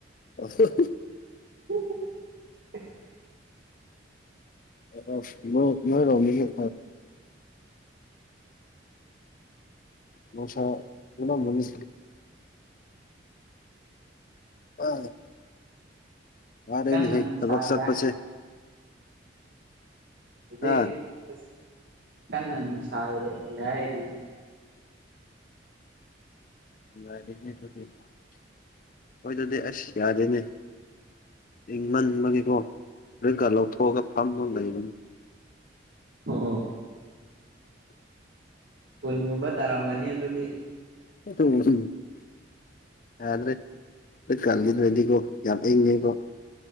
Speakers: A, on the left; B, on the right.
A: <unintelligible>
B: <unintelligible>
A: ꯑ ꯑꯎ ꯅꯣꯏ ꯅꯣꯏꯔꯣꯝꯗꯒꯤ ꯑ ꯅꯨꯡꯁꯥ ꯊꯨꯝꯃꯝꯃꯅꯤ ꯑ ꯋꯥꯔꯦꯅꯦꯍꯦ
B: ꯀꯟꯅ ꯅꯨꯡꯁꯥ
A: ꯊꯕꯛ ꯆꯠꯄꯁꯦ
B: ꯌꯥꯏ ꯍꯧꯖꯤꯛ
A: ꯑ
B: ꯏꯁ ꯀꯟꯅ ꯅꯨꯡꯁꯥ ꯌ ꯌꯥꯏꯔꯤꯅꯤ
A: ꯅꯨꯡꯉꯥꯏꯔꯦꯅꯦ ꯑꯗꯨꯗꯤ ꯑꯩꯈꯣꯏꯗꯗꯤ ꯑꯁ ꯌꯥꯗꯦꯅꯦ ꯏꯪꯃꯟꯕꯒꯤꯀꯣ ꯐꯨꯔꯤꯠꯀ ꯂꯧꯊꯣꯛꯑꯒ ꯐꯝꯃꯒ ꯂꯩꯕꯅꯤ
B: ꯍꯣ ꯍꯣ ꯎꯟꯒꯨꯝꯕ ꯇꯔꯥꯝꯒꯅꯤ ꯑꯗꯨꯗꯤ
A: <unintelligible> ꯌꯥꯗ꯭ꯔꯦ ꯐꯨꯀꯥ ꯂꯤꯠꯂꯣꯏꯅꯤꯀꯣ ꯌꯥꯝ ꯏꯪꯉꯦꯀꯣ